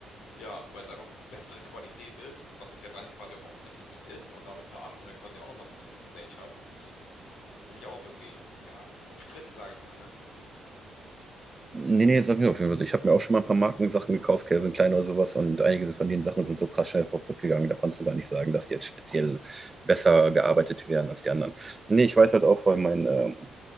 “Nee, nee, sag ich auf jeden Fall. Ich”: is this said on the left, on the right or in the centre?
Right